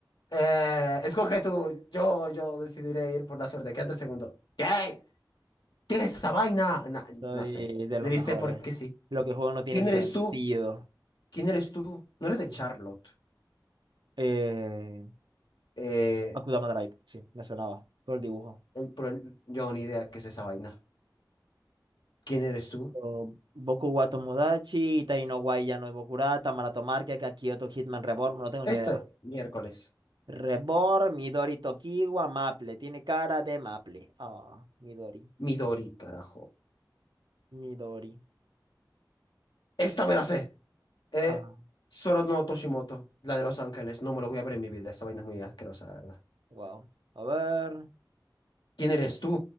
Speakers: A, on the left (about 75°); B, on the right (about 80°).
A: Eh, escoge tú. Yo, yo decidiré ir por la suerte. Quédate el segundo. ¿Qué? ¿Qué es esta
B: Ah,
A: vaina? Na-
B: Soy
A: no sé.
B: de
A: Le
B: los
A: diste
B: mejores.
A: porque sí.
B: Lo que juego no tiene
A: ¿Quién
B: sentido.
A: eres tú? ¿Quién eres tú? No eres de
B: Uy.
A: Charlotte.
B: Eh,
A: Eh,
B: Akudama Drive, sí, me sonaba. Todo el dibujo.
A: el- por el- yo ni idea qué es esa vaina. ¿Quién eres tú?
B: O Boku wa Tomodachi, Itai no wa Yano Bokurata, Marato Market, Kakioto Hitman Reborn, no tengo
A: Este
B: ni idea.
A: miércoles.
B: Reborn, Midori Tokiwa, Maple. Tiene cara de Maple. Ah, Midori.
A: Midori, carajo.
B: Midori.
A: Esta me la sé. Eh,
B: Ah,
A: Soro no Toshimoto, la de Los Ángeles. No me lo voy a ver en mi vida. Esa vaina es muy asquerosa, la verdad.
B: wow. A ver.
A: ¿Quién eres tú?